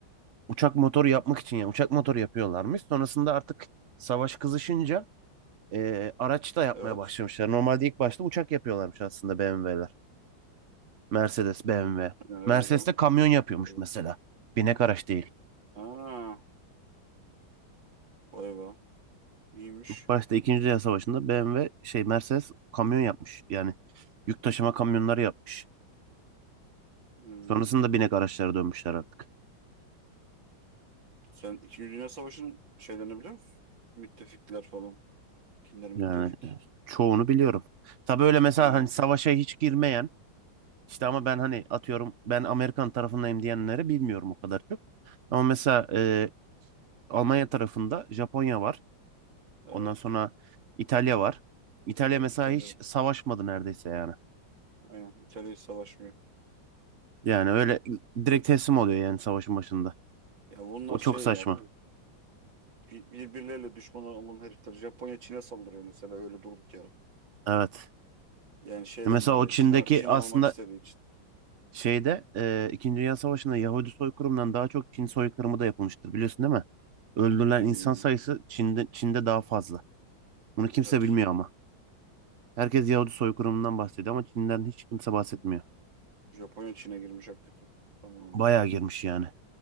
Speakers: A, on the right; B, on the right.
A: uçak motoru yapmak için yani uçak motoru yapıyorlarmış. Sonrasında artık savaş kızışınca e, araç da yapmaya
B: Evet.
A: başlamışlar. Normalde ilk başta uçak yapıyorlarmış aslında BMW'ler. Mercedes, BMW.
B: Yani
A: Mercedes
B: öyle canım.
A: de kamyon yapıyormuş
B: Öyle.
A: mesela. Binek araç değil.
B: Aa, vay be. İyiymiş.
A: Başta İkinci Dünya Savaşı'nda BMW şey Mercedes kamyon yapmış. Yani yük taşıma kamyonları yapmış.
B: Hmm.
A: Sonrasında binek araçlara dönmüşler artık.
B: Sen İkinci Dünya Savaşı'nın şeylerini biliyor musun? Müttefikler falan. Kimler müttefik?
A: Yani e, çoğunu biliyorum. Tabii öyle mesela
B: Hangileri?
A: hani savaşa hiç girmeyen işte ama ben hani atıyorum ben Amerikan tarafındayım diyenleri bilmiyorum o kadar çok. Ama mesela e, Almanya tarafında Japonya var.
B: Evet.
A: Ondan sonra İtalya var. İtalya
B: Evet
A: mesela
B: İtalya.
A: hiç savaşmadı neredeyse yani.
B: Aynen. İtalya hiç savaşmıyor.
A: Yani öyle direkt teslim oluyor yani savaşın başında.
B: Ya bunlar
A: O
B: şey
A: çok saçma.
B: ya bi- birbirleriyle düşman olan herifler. Japonya Çin'e saldırıyor mesela öyle durduk yere.
A: Evet.
B: Yani şeyden
A: Mesela
B: dolayı
A: o Çin'deki
B: Çin'e Çin'e
A: aslında
B: almak istediği için.
A: Şeyde e, İkinci Dünya Savaşı'nda Yahudi soykırımından daha çok Çin soykırımı da yapılmıştır biliyorsun değil mi? Öldürülen
B: Hmm,
A: insan sayısı Çin'de, Çin'de daha fazla. Bunu kimse
B: evet.
A: bilmiyor ama. Herkes Yahudi soykırımından bahsediyor ama Çin'den hiç kimse bahsetmiyor.
B: Japonya Çin'e girmiş hakikaten zamanında.
A: Bayağı girmiş yani.